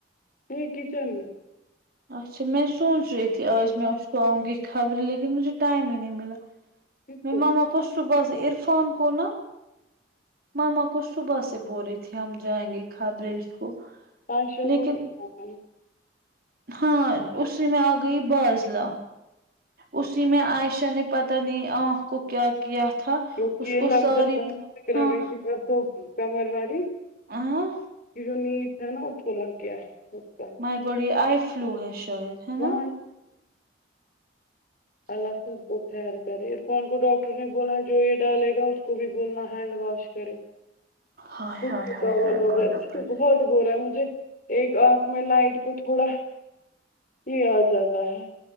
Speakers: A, on the left; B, on the right.
A: نہیں کچن
B: اچھا میں سوچ رہی تھی آج میں اس کو آؤں گی خبریں لیکن مجھے ٹائم ہی نہیں ملا
A: کس
B: ماما
A: کو
B: وا کش تو کر دی عرفان کو نا ماما کچھ تو بات سے بول رہی تھی ہم جائیں گے کھبریں اس کو
A: پانچ شو <unintelligible>
B: لیکن
A: کو نہیں ہوائی
B: ہاں اسی میں آ گئی بازلا اسی میں عائشہ نے پتہ نی آنکھ کو کیا کیا تھا
A: کیونکہ
B: اس
A: یہ
B: کو
A: لگ
B: ساری
A: فکر
B: ہاں
A: گئی تو کمر واڈی
B: ہاں
A: جو نیت ہے نا اس کو لگ گیا ہے اس کا
B: میں بولی ائے فلو ہے شاید ہے
A: وہ
B: نا
A: اللہ سب کو خیر کرے عرفان کو ڈاکٹر نے بولا جو یہ ڈالے گا اس کو بھی بولنا ہینڈ واش ہینڈ واش کرے
B: ہائے
A: اس
B: ہائے ہائے ہائے گانا
A: سے
B: پانے
A: بہت برا ہے مجھے ایک آنکھ میں لائٹ کو تھوڑا بھی ا جاتا ہے